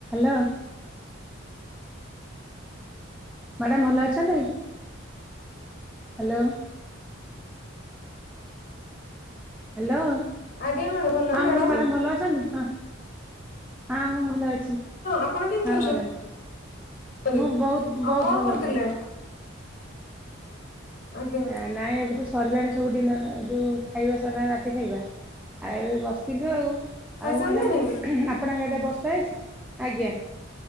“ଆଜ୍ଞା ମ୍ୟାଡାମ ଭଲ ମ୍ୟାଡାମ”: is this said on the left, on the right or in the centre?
Left